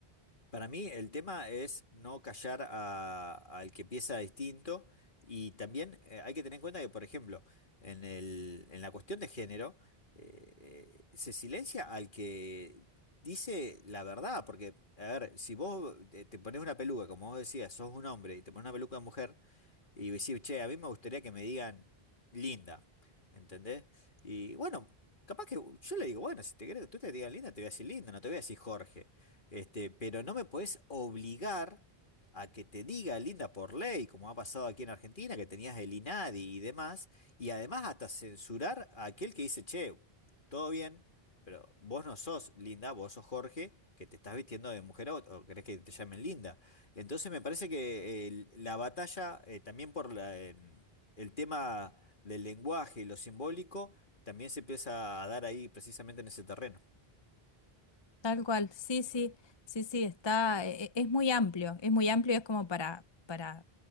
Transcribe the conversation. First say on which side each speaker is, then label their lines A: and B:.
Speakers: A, on the left; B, on the left.
A: Para mí el tema es no callar a- al que piensa distinto y también eh, hay que tener en cuenta que, por ejemplo, en el, en la cuestión de género, eh, eh, se silencia al que dice la verdad, porque, a ver, si vos eh, te pones una peluca, como vos decías, sos un hombre y te pones una peluca de mujer, y decir, che, a mí me gustaría que me digan linda, ¿entendés? Y bueno, capaz que yo le digo, bueno, si te querés que tú te digas linda, te voy a decir linda, no te voy a decir Jorge, este, pero no me podés obligar a que te diga linda por ley, como ha pasado aquí en Argentina, que tenías el INADI y demás, y además hasta censurar a aquel que dice, che, todo bien, pero vos no sos linda, vos sos Jorge, que te estás vistiendo de mujer o, o querés que te llamen linda. Entonces me parece que eh, la batalla, eh, también por la, em, el tema del lenguaje y lo simbólico, también se empieza a dar ahí precisamente en ese terreno.
B: Tal cual, sí, sí, sí, sí, está, e- e- es muy amplio, es muy amplio, es como para, para